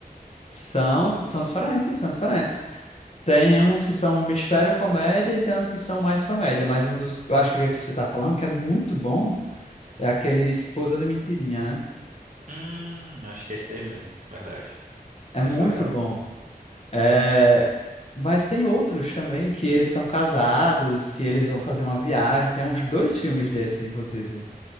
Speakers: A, on the left; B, on the right.
A: São, são diferentes, são diferentes. Tem uns que são mistério comédia e tem uns que são mais comédia, mas um dos, eu acho que é esse que você tá falando, que é muito bom, é aquele Esposa de Mentirinha, né?
B: Hum, acho que é esse daí mesmo. Verdade.
A: É
B: Essa
A: muito
B: é legal.
A: bom. É... Mas tem outros também que eles são casados, que eles vão fazer uma viagem. Tem uns dois filmes desses, inclusive,